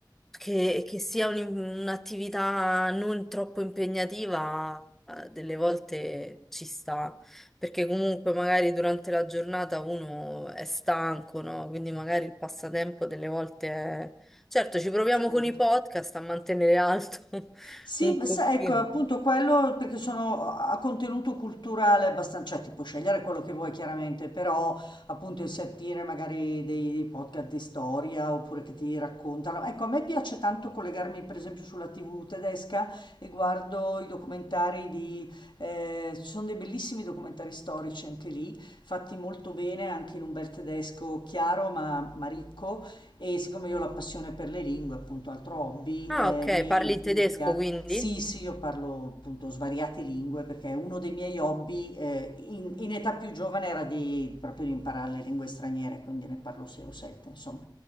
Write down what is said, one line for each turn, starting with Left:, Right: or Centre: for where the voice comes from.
Centre: che, che sia un- un'attività non troppo impegnativa, eh, delle volte ci sta perché comunque magari durante la giornata uno è stanco, no? Quindi magari il passatempo delle volte è... Certo, ci proviamo
Left: Certo.
Centre: con i podcast a mantenere alto <laughs>
Left: Sì,
Centre: un
Left: ma
Centre: pochino.
Left: sa- ecco, appunto quello perché sono a contenuto culturale abbastanza, cioè ti puoi scegliere quello che vuoi chiaramente, però appunto il sentire magari dei, dei podcast di storia oppure che ti raccontano. Ecco, a me piace tanto collegarmi per esempio sulla TV tedesca e guardo i documentari di, eh, ci sono dei bellissimi documentari storici anche lì, fatti molto bene anche in un bel tedesco chiaro ma, ma ricco e siccome io ho la passione per le lingue, appunto altro hobby,
Centre: Ah,
Left: eh,
Centre: ok,
Left: mi
Centre: parli il tedesco
Left: mi piace.
Centre: quindi?
Left: Sì, sì, io parlo appunto svariate lingue perché uno dei miei hobby, eh, in, in età più giovane era di, proprio di imparare le lingue straniere, quindi ne parlo 6 o 7, insomma.